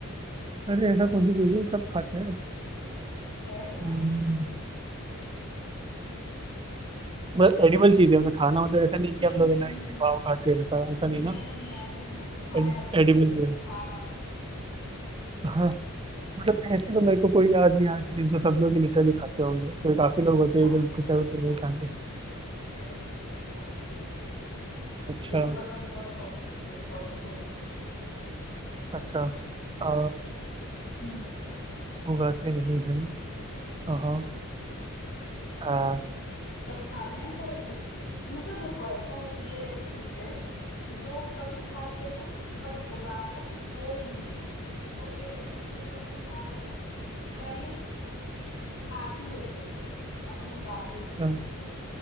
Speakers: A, on the right (about 25°); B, on the left (about 60°).
A: अरे ऐसा कौन सी चीज़ है जो सब खाते हैं
B: है यार
A: हम्म, मतलब एडिबल चीज़ है मतलब खाना मतलब ऐसा नहीं कि
B: हम्म
A: हम लोग
B: हम्म
A: है ना
B: हम्म
A: ये
B: हम्म हम्म।
A: पाव खाते हैं वैसा ऐसा नहीं
B: नहीं
A: ना
B: नहीं नहीं ऐसा नहीं है तो खाने
A: एड,
B: वाली चीज
A: एडिबल
B: ही
A: चीज़
B: है
A: है
B: हाँ हाँ
A: हाँ मतलब ऐसे तो मेरे को कोई याद नहीं आ रही है जो सब लोग लिटरली खाते होंगे तो
B: अरे
A: काफी
B: सब
A: लोग होते
B: खाते
A: हैं जो कुछ
B: हैं सब
A: ना कुछ तो नहीं
B: खाते
A: खाते
B: हैं नहीं नहीं सब खाते हैं
A: अच्छा
B: ये तो मतलब बहुत कॉमन चीज है बहुत ही कॉमन चीज है
A: अच्छा आ,
B: <clears throat> हम्म
A: उगाते नहीं है हाँ हाँ आ,
B: सब खाते हैं पर इस मतलब देखो ऐसा है ये ऐसी चीज है जो सब खाते हैं पर उगाता कोई भी नहीं है मतलब ये ऐसी चीज है जो अपन खा रहे हैं पर ये आती है कहीं से अपन उगाते नहीं
A: हाँ
B: है इसको